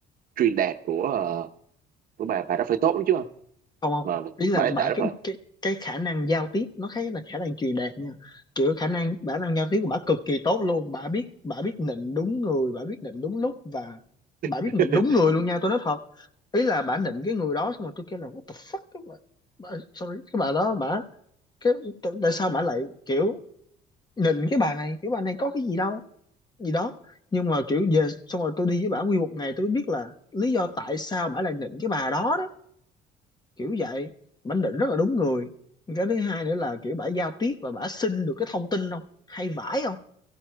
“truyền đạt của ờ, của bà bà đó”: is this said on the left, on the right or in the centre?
Right